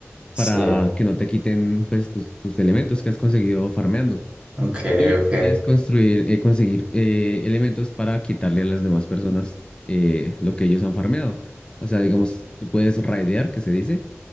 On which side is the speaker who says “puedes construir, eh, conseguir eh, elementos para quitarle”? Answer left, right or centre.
Left